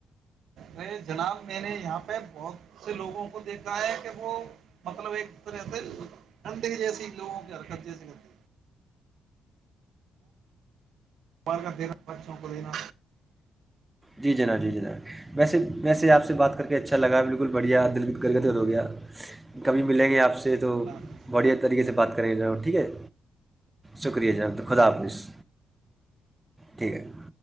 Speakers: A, on the right; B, on the right.
A: ا جناب میں نے یہاں پہ بہت سے لوگوں کو دیکھا ہے کہ وہ مطلب ایک گندگ جیسیے لوگوں کے جیسے گند ب کا دینا خرچوں کو دینا
B: جی جناب جی جناب ویسے ویسے آپ سے بات کر کے اچھا لگا بالکل بڑھیا دل گرگدر ہو گیا کبھی ملیں گے آپ سے
A: اللہ
B: تو
A: حافظ
B: بڑیا طریقے سے بات کریں گے جو ہے ٹھیک ہے شکریہ جناب تو خدا حافظ ٹھیک ہے